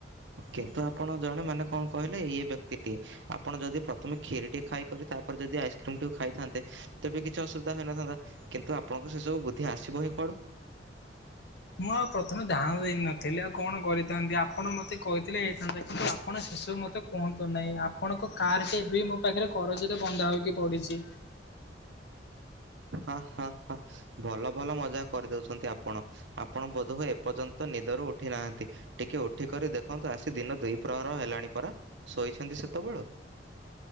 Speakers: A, on the right (about 85°); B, on the left (about 65°).
A: କିନ୍ତୁ ଆପଣ ଜଣେ ମାନେ କଣ କହିଲେ ଇଏ ବ୍ୟକ୍ତିଟିଏ ଆପଣ ଯଦି ପ୍ରଥମେ କ୍ଷୀରିଟିଏ ଖାଇକ ତାପରେ ଯଦି ଆଇସ୍କ୍ରିମ୍ ଠକୁ ଖାଇଥାନ୍ତେ, ତେବେ କିଛି ଅସୁବିଧା ହୋଇନଥାନ୍ତା। କିନ୍ତୁ ଆପଣଙ୍କୁ ସେ ସବୁ ବୁଦ୍ଧି ଆସିବ ହିଁ ପଡୁ
B: ମୁଁ ଆଉ ପ୍ରଥମେ ଧ୍ୟାନ ଦେଇନଥିଲି। ଆଉ କଣ କରିଥାନ୍ତି ଆପଣ ମତେ କହିଥିଲେ ହେଇଥାନ୍ତା କିନ୍ତୁ ଆପଣ ଶ ତୁ ମତେ କୁହନ୍ତୁ ନାହିଁ ଆପଣଙ୍କ କାର ଟ ଏବେ ମୋ ପାଖରେ କରଜରେ ବନ୍ଧା ହୋଇକି ପଡିଛି।
A: ହଁ ହଁ ହଁ ଭଲ ଭଲ ମଜା କରିଦଉଛନ୍ତି ଆପଣ ଆପଣ ବୋଧହୁ ଏପର୍ଯ୍ୟନ୍ତ ନିଦରୁ ଉଠ ଉଠିନାହାନ୍ତି ଟିକିଏ ଉଠିକରି ଦେଖନ୍ତୁ ଆସି ଦିନ ଦୁଇ ପ୍ରହର ହେଲାଣି ପରା ଶୋଇଛନ୍ତି ସେତେବେଳୁ।